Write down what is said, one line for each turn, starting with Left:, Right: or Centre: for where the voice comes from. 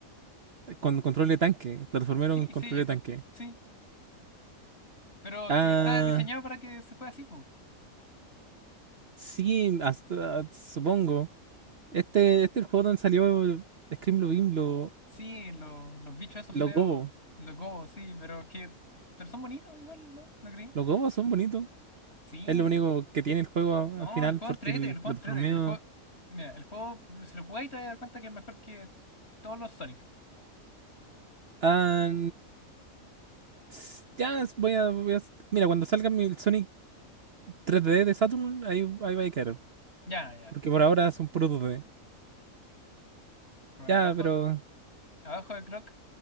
Right: con control de tanque, plataformero
Left: Sí,
Right: con control
Left: sí, el
Right: de
Left: con-
Right: tanque.
Left: sí, pero
Right: Ah,
Left: que está diseñado para que se juegue así, pues.
Right: sí, hasta, supongo. Este, este es el juego donde salió scream Screamlobin, lo,
Left: Sí, lo- los bichos esos
Right: los
Left: feos,
Right: gobos.
Left: los gobos, sí, pero que pero son bonitos igual, ¿no? ¿No creí?
Right: Los gobos son bonitos.
Left: Sí,
Right: Es lo único que tiene el juego a-
Left: no,
Right: al final,
Left: el juego
Right: porque
Left: entrete,
Right: el
Left: el juego
Right: plataformeo.
Left: entrete, el juego, mira, el juego, si lo jugáis te vas a dar cuenta que es mejor que todos los Sonic.
Right: Ah, Ts- Ya es- voy a, voy a- Mira, cuando salga mi Sonic 3D de Saturn, ahí, ahí va a quedar.
Left: Ya, ya.
Right: Porque por ahora son puros 2D.
Left: Bueno,
Right: Ya,
Left: abajo,
Right: pero
Left: abajo de Croc